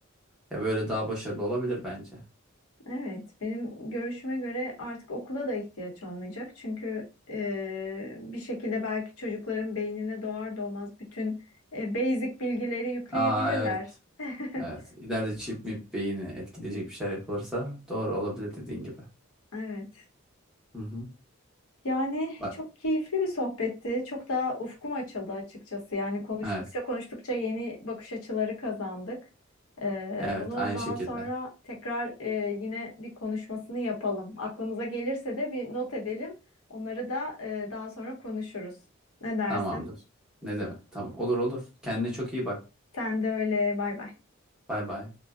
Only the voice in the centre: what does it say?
Ya böyle daha başarılı olabilir bence.
Aa evet. Evet.
İleride çip mi beyni etkileyecek bir şeyler yapılırsa doğru olabilir dediğin gibi.
Hı hı.
Bak,
evet.
Evet,
aynı
şekilde.
Tamamdır. Ne demek? Tamam. Olur olur. Kendine çok iyi bak.
Bay bay.